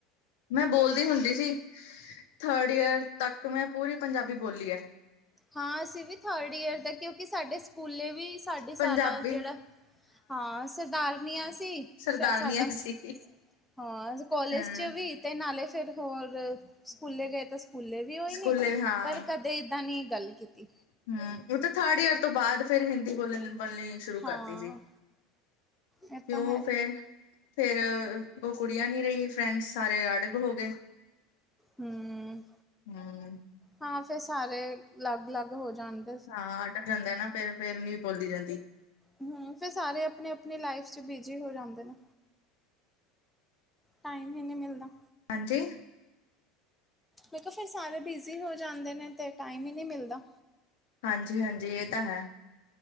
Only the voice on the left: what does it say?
ਮੈਂ ਬੋਲਦੀ ਹੁੰਦੀ ਸੀ ਥਰਡ ਈਅਰ ਤੱਕ ਮੈਂ ਪੂਰੀ ਪੰਜਾਬੀ ਬੋਲੀ ਏ।
ਪੰਜਾਬੀ
ਸਰਦਾਰਨੀਆਂ
ਸੀ।
ਹਾਂ
ਸਕੂਲੇ
ਹਾਂ
ਹਮ ਉਹ ਤਾਂ ਥਰਡ ਈਅਰ ਤੋਂ ਬਾਅਦ ਫਿਰ ਹਿੰਦੀ ਬੋਲ ਬੋਲਣੀ ਸ਼ੁਰੂ
ਕਰਤੀ ਸੀ।
ਕਿਉਂ
ਫੇਰ ਫੇਰ ਉਹ ਕੁੜੀਆਂ ਨੀ ਰਹੀ ਫਰੈਂਡਸ ਸਾਰੇ ਅੜਗ ਹੋ ਗਏ।
ਹੂੰ
ਹਾਂ ਆਡਾ <unintelligible> ਜਾਂਦਾ ਨਾ ਫੇਰ ਫੇਰ ਨੀ ਬੋਲੀ ਜਾਂਦੀ।
ਹਾਂਜੀ।
ਹਾਂਜੀ- ਹਾਂਜੀ ਇਹ ਤਾਂ ਹੈ।